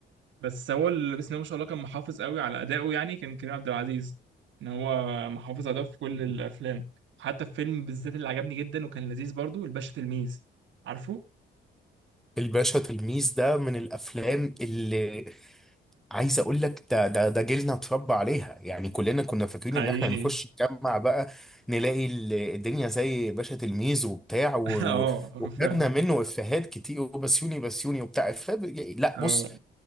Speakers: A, on the right; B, in the centre.
A: بس هو اللي بسم الله ما شاء الله كان محافظ قوي على أدائه يعني كان كريم عبد العزيز إن هو محافظ على ده في كل الأفلام حتى في فيلم بالذات اللي عجبني جدا وكان لذيذ برضو الباشا تلميذ عارفه؟
B: الباشا تلميذ ده من الافلام اللي عايز اقول لك ده ده ده جيلنا اتربى عليها يعني كلنا كنا فاكرين
A: حقيقي
B: ان احنا هنخش نجمع بقى نلاقي ال- الدنيا زي باشا تلميذ وبتاع و-
A: <laughs> اه
B: و- وخدنا
A: فعلا
B: منه افيهات كتير وبسيوني بسيوني وبتاع إفيه ب- لا
A: اه
B: بص